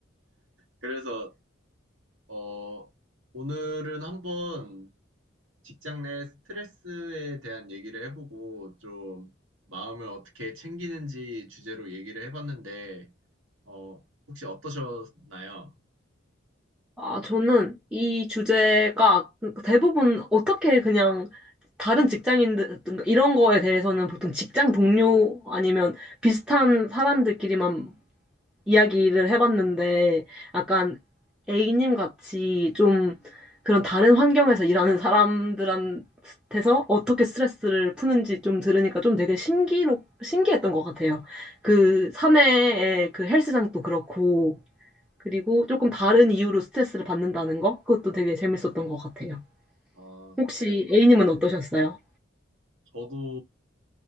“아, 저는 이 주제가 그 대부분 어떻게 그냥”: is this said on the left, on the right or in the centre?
Centre